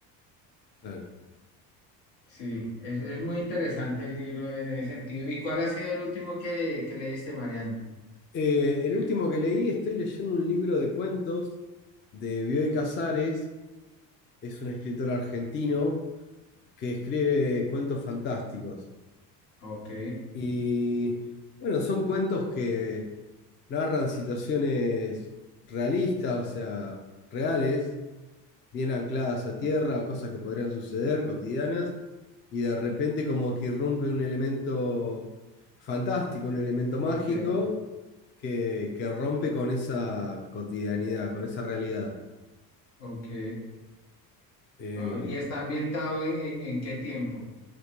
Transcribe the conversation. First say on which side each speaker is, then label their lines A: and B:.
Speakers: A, on the left; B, on the left.
A: Claro.
B: Sí, es, es muy interesante el libro en ese sentido. ¿Y cuál ha sido el último que, que leíste, Mariana?
A: Eh, el último que leí, estoy leyendo un libro de cuentos de Bioy Casares, es un escritor argentino que escribe cuentos fantásticos.
B: Ok,
A: Y bueno, son cuentos que narran situaciones realistas, o sea, reales. bien ancladas a tierra, cosas que podrían suceder cotidianas, y de repente como que irrumpe un elemento fantástico, un elemento mágico,
B: ok,
A: que, que rompe con esa cotidianidad, con esa realidad.
B: ok.
A: Eh,
B: Ah, ¿y está ambientado en, en, en qué tiempo?